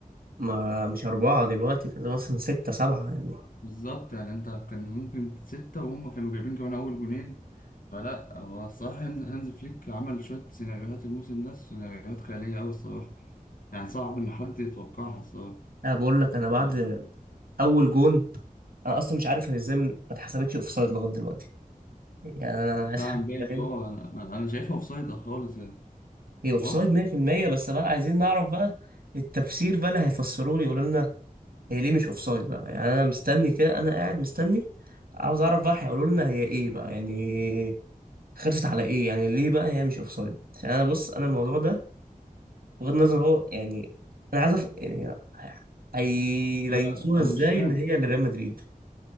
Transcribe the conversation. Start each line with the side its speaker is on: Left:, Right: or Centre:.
Right: ما مش أربعة دلوقتي كان مثلا ستة سبعة يعني
Left: بالظبط يعني انت كان ممكن ستة وهم كانوا جايبين كمان أول جونين فلا هو الصراحة هانز هانز فليك عمل شوية سيناريوهات الموسم ده سيناريوهات خيالية أوي الصراحة يعني صعب إن حد يتوقعها الصراحة
Right: أنا بقول لك أنا بعد
Left: الله.
Right: أول جون أنا أصلا مش عارف هي إزاي ما اتحسبتش أوفسايد لغاية دلوقتي يعني أنا أنا عايز
Left: بتاع
Right: حد
Left: امبابي
Right: يفهم
Left: اه أنا أنا شايفها أوفسايد خالص يعني
Right: هي أوفسايد
Left: واضحة
Right: 100% بس بقى عايزين نعرف بقى التفسير بقى اللي هيفسروا لي يقولوا لنا هي ليه مش اوفسايد بقى يعني انا مستني كده انا قاعد مستني عاوز اعرف بقى هيقولوا لنا هي ايه بقى يعني خرجت على ايه يعني ليه بقى هي مش اوفسايد عشان انا بص انا الموضوع ده بغض النظر هو يعني انا عايز أف- يعني هيليسوها
Left: أنا أنا
Right: ازاي
Left: مش فاهم
Right: ان هي لريال مدريد